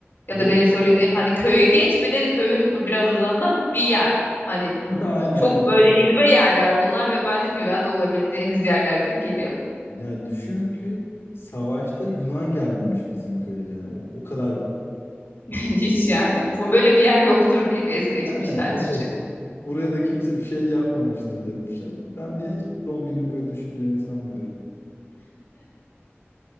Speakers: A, on the left; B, on the left.
A: Ya
B: Yok
A: da benim söylediğim
B: ya.
A: hani köyü geç bir de köyün biraz uzağından bir yer. Hani
B: <laughs> Aynen
A: çok
B: aynen.
A: böyle izbe yerler bunlar ve bence güvende olabileceğimiz yerler gibi geliyor.
B: Ya düşün ki savaşta Yunan gelmemiş bizim köye yani. O, o kadar
A: <laughs> Hiç yani bu böyle bir yer yoktur deyip es geçmişlerdir.
B: yani evet. Buraya da kimse bir şey yapmamıştır demişler. Ben
A: <laughs>
B: bir zombinin böyle düşüneceğini sanmıyorum.